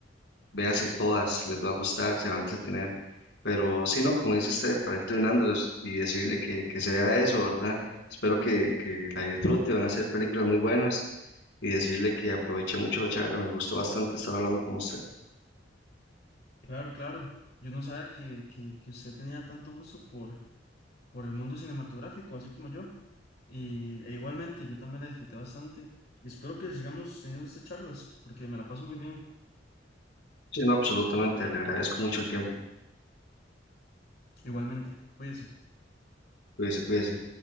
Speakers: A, on the left; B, on the left.
A: véase todas, les va a gustar, se va a entretener, pero si no, como dice usted, para ir entrenándolos y decirle que, que se vea eso, ¿verdad? Espero que, que la disfrute, van a ser películas muy buenas y decirle que aproveché mucho la charla, me gustó bastante estar hablando con usted.
B: Claro, claro. Yo no sabía que, que, que usted tenía tanto gusto por, por el mundo cinematográfico, así como yo. Y, e igualmente, yo también la disfruté bastante. Y espero que sigamos teniendo estas charlas, porque me la paso muy bien.
A: Sí, no, absolutamente, le agradezco mucho el tiempo,
B: Igualmente, cuídese.
A: cuídese, cuídese.